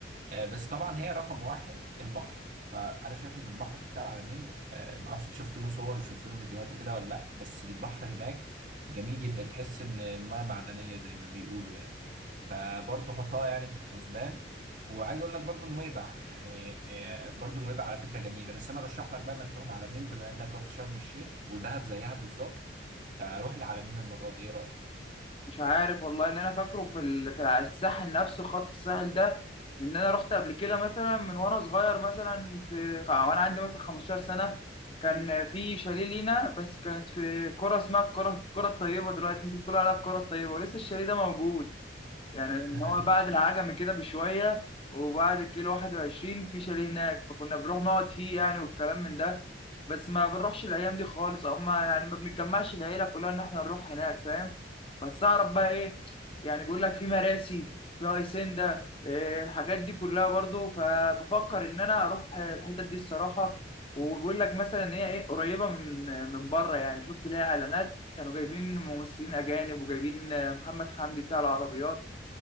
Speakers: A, on the right (about 45°); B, on the left (about 30°).
A: آه، بس طبعا هي رقم واحد البحر فانا شايف ان البحر بتاع العلمين آه، معرفش انت شفت له صور وشفت له فيديوهات وكده ولا لا بس البحر هناك جميل جدا تحس ان المياه معدنيه زي ما بيقولوا يعني فبرضه حطها يعني في الحسبان وعايز اقول لك برضه نويبع يعني آه، برضه نويبع على فكره جميله بس انا رشح لك بقى انك تروح العلمين بما انك رحت شرم الشيخ ودهب زيها بالظبط فروح العلمين المره دي ايه رايك
B: مش عارف والله ان انا فاكره في ال- في الساحل نفسه خط الساحل ده ان انا رحت قبل كده مثلا من وانا صغير مثلا في وانا عندي مثلا 15 سنه كان في شاليه لينا بس كانت في كرة اسمها الكرة الكرة الطيبة دلوقتي انتوا بتقولوا عليها الكرة الطيبة ولسه الشاليه ده موجود يعني ان
A: <laughs>
B: هو بعد
A: الحقيقة
B: العجمي كده بشويه وبعد الكيلو 21 في شاليه هناك فكنا بنروح نقعد فيه يعني والكلام من ده بس ما بنروحش الايام دي خالص او ما يعني ما بنتجمعش العيله كلها ان احنا نروح هناك فاهم بس اعرف بقى ايه يعني بيقول لك في مراسي في هيسندا إيه الحاجات دي كلها برضو فبفكر ان انا اروح الحتت دي الصراحه وبيقول لك مثلا ان هي ايه قريبه من من بره يعني شفت ليها اعلانات كانوا جايبين ممثلين اجانب وجايبين آه، محمد حمدي بتاع العربيات